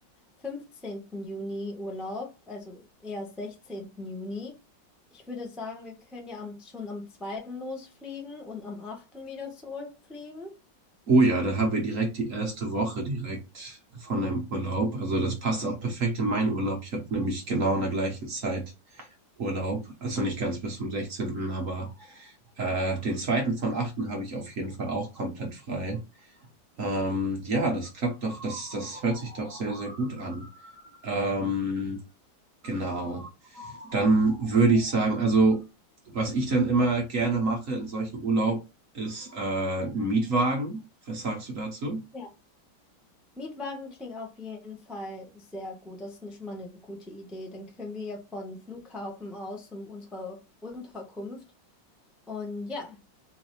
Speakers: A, in the centre; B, on the right.
A: fünfzehnten Juni Urlaub, also eher sechzehnten Juni. Ich würde sagen, wir können ja am, schon am zweiten losfliegen und am achten wieder zurückfliegen.
B: Oh ja, dann haben wir direkt die erste Woche direkt von dem Urlaub. Also das passt auch perfekt in meinen Urlaub. Ich habe nämlich genau in der gleichen Zeit Urlaub. Also nicht ganz bis zum sechzehnten, aber äh, den zweiten von achten habe ich auf jeden Fall auch komplett frei. Ähm, ja, das klappt doch, das, das hört sich doch sehr, sehr gut an. Ähm, genau. Dann würde ich sagen, also was ich dann immer gerne mache in solchen Urlaub ist äh, ein Mietwagen. Was sagst du dazu?
A: Ja. Mietwagen klingt auf jeden Fall sehr gut. Das ist schon mal eine gute Idee. Dann können wir ja von Flughafen aus um unsere Unterkunft. Und ja,